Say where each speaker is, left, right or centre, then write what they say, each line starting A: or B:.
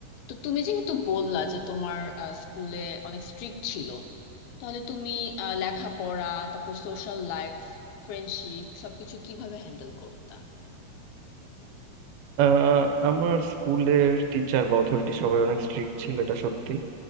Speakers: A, on the left; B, on the right.
A: তো তুমি যেহেতু বললা যে তোমার আহ, স্কুলে অনেক স্ট্রিক্ট ছিল তাহলে তুমি আহ, লেখাপড়া তারপর সোশ্যাল লাইফ ফ্রেন্ডশিপ সবকিছু কিভাবে হ্যান্ডেল করতা
B: আহ আমার স্কুলের টিচার বা অথরিটি সবাই অনেক স্ট্রিক্ট ছিল এটা সত্যি